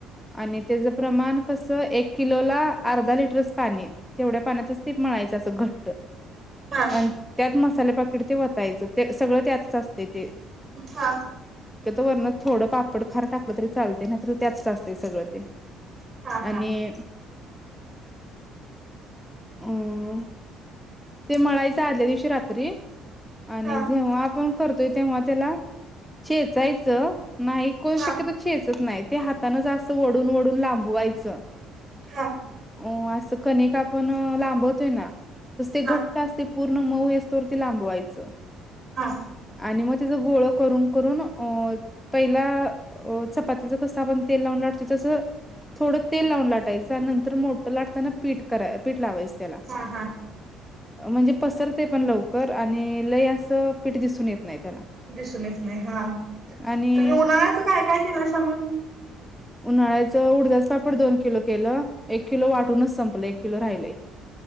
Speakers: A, in the centre; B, on the right.
A: आणि त्याच प्रमाण कस एक किलोला अर्धा लिटरच पाणी तेवढ्या पाण्याच टीप म्हणायचं असं घट्ट
B: हा
A: आणि त्यात मसाले पाक वयचं ते सगळं त्यात ते ते
B: हा
A: वर्णन थोडं पापड खार टाकलं तरी चालते नाही तर त्याच असते सगळं ते
B: हा हा
A: आणि ओम ते म्हणायचं आदल्या दिवशी रात्री आणि
B: हा
A: जेव्हा आपण करतोय तेव्हा त्याला छेचायचं नाही कोण
B: हा
A: शक्यत चेचक नाही ते हाताानं जास्त वडून वडून लांबवायचं
B: हा
A: हो असं कने का पण लांबत आहे ना तस ते घट्ट
B: हा
A: असते पूर्ण मऊ असतोवर ते लांबवायचं
B: हा
A: आणि मग तिचं गोळ करून करून अ पहिला चपातीचं कसं आपण तेल लावून लाटतो तसं थोडं तेल लावून लाटायचं नंतर मोठं लाटताना पीठ करा पीठ लावायच त्याला
B: हा हा
A: म्हणजे पसर ते पण लवकर आणि लय असं पीठ दिसून येत नाही त्याला
B: दिसूनच नाही हा तुम्ही
A: आणि
B: उन्हाच काय काय केला अस मग
A: उन्हाळ्याच उडजाच पापड दोन किलो केलं एक किलो वाटूनच संपलं एक किलो राहिले